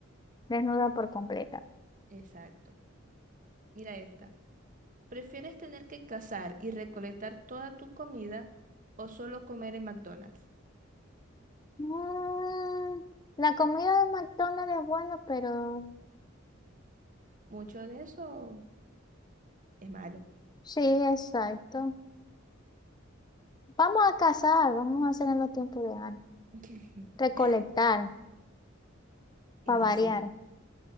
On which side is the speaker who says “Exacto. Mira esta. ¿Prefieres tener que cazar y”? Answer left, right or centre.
Right